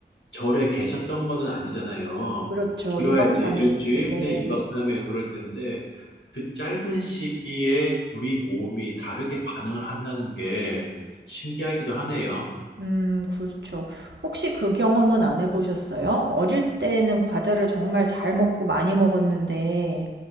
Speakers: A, on the left; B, on the right.
A: 절에 계셨던 거는 아니잖아요.
B: 그렇죠.
A: 길어야
B: 2박
A: 이제
B: 3
A: 일주일
B: 일. 네.
A: 네 2박 3일 그럴 텐데 그 짧은 시기에 우리 몸이 다르게 반응을 한다는 게 신기하기도 하네요.
B: 음 그렇죠. 혹시 그 경험은 안 해 보셨어요? 어릴 때는 과자를 정말 잘 먹고 많이 먹었는데